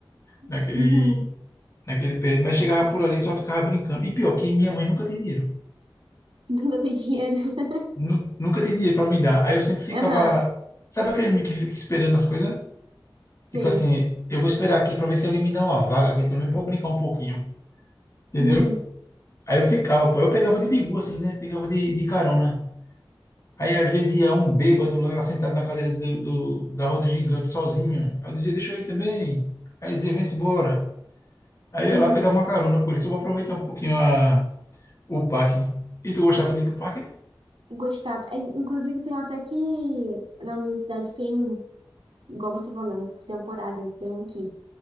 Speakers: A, on the right; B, on the left.
A: <laughs>
B: naquele,
A: uhum,
B: naquele período, mas chegava por ali e só ficava brincando. E pior, que minha mãe nunca tinha dinheiro.
A: nunca tem dinheiro, <laughs>
B: Nu- Nunca tinha dinheiro para me dar. Aí eu sempre ficava.
A: aham,
B: Sabe aquele menino que fica esperando as coisas?
A: sei.
B: Tipo assim, eu vou esperar aqui para ver se alguém me dá uma vaga aqui, pelo menos para eu brincar um pouquinho. Entendeu?
A: Uhum.
B: Aí eu ficava, pô. Eu pegava de bigu, assim, né? Pegava de, de carona. Aí às vezes ia um bêbado lá sentado na cadeira do, do- da roda gigante sozinho. Aí eu dizia, deixa eu ir também. Aí ele dizia, vem-se embora. Aí
A: Uhum.
B: eu lá pegava uma carona com ele, só para aproveitar um pouquinho a, O Pac. E tu gostava de ir pro Pac?
A: Gostava. É, Inclusive, tem até que na minha cidade tem um, igual você falou, né? Por temporada, tem aqui.